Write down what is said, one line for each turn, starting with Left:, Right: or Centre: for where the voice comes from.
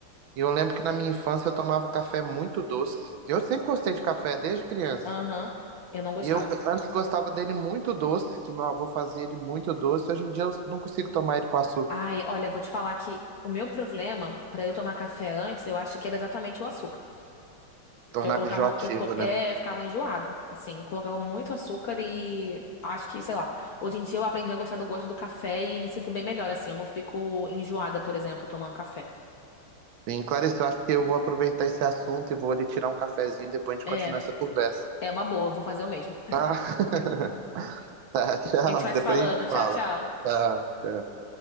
Right: E eu lembro que na minha infância eu tomava o café muito doce. Eu sempre gostei de café, desde criança.
Left: Aham, eu não gostava.
Right: E eu antes gostava dele muito doce, que meu avô fazia ele muito doce. Hoje em dia eu não consigo tomar ele com açúcar.
Left: Ai, olha, eu vou te falar que o meu problema pra eu tomar café antes, eu acho que era exatamente o açúcar. Porque
Right: Tornava
Left: eu colocava,
Right: enjoativo,
Left: eu co-
Right: né?
Left: é, ficava enjoada, assim, eu colocava muito açúcar e acho que, sei lá, hoje em dia eu aprendi a gostar do gosto do café e me sinto bem melhor, assim, eu não fico enjoada, por exemplo, tomando café.
Right: Sim, Clarice, eu acho que eu vou aproveitar esse assunto e vou ali tirar um cafezinho, depois a gente
Left: É,
Right: continua essa conversa.
Left: é uma boa, vou fazer o mesmo.
Right: Tá? <laughs> Tá, tchau.
Left: A gente vai se
Right: Depois
Left: falando,
Right: a gente
Left: tchau,
Right: fala.
Left: tchau.
Right: Tchau, tchau.